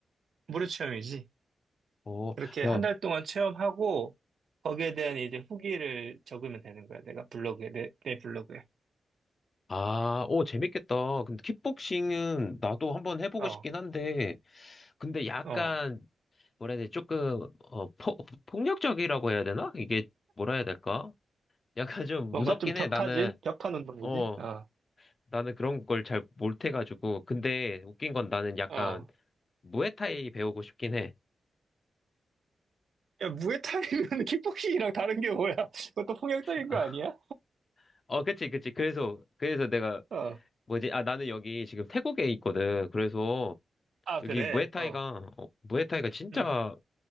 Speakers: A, on the right; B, on the left.
A: 무료 체험이지.
B: 어,
A: 그렇게
B: 야,
A: 한 달 동안 체험하고, 거기에 대한 이제 후기를 적으면 되는 거야. 내가 블로그에, 내, 내 블로그에.
B: 아, 오, 재밌겠다. 근데 킥복싱은 나도 한번 해보고
A: 어,
B: 싶긴 한데, 근데 약간
A: 어.
B: 뭐라 해야 돼? 조금 어 포, 폭력적이라고 해야 되나? 이게 뭐라 해야 될까? 약간 좀
A: 뭔가
B: 무섭긴
A: 좀 격하지?
B: 해. 나는
A: 격한 운동이지?
B: 어
A: 어,
B: 나는 그런 걸 잘 못해가지고. 근데 웃긴 건 나는 약간
A: 어.
B: 무에타이 배우고 싶긴 해.
A: 야, 무에타이면 <laughs> 킥복싱이랑 다른 게 뭐야? <laughs> 그것도 폭력적인
B: <laughs>
A: 거 아니야?
B: 어, 그치, 그치. 그래서, 그래서 내가,
A: 어,
B: 뭐지, 아, 나는 여기 지금 태국에 있거든. 그래서,
A: 아,
B: 여기
A: 그래.
B: 무에타이가,
A: 어,
B: 어, 무에타이가 진짜
A: 음,